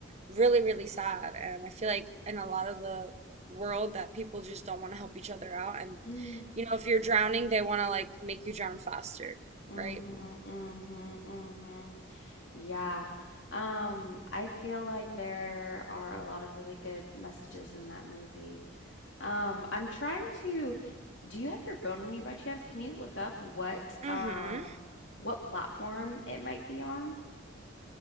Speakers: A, on the right (about 35°); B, on the left (about 65°).
A: really, really sad. And I feel like in a lot of the world that people just don't want to help each other out. And,
B: <gasps>
A: you know, if you're drowning, they want to, like, make you drown faster,
B: mm
A: right?
B: Mhm, mm mhm, mm mhm. Yeah. Um, I feel like there are a lot of really good messages in that movie. Um, I'm trying to, do you have your phone on you by chance? Can you look up what
A: Mm-hmm.
B: um what platform it might be on?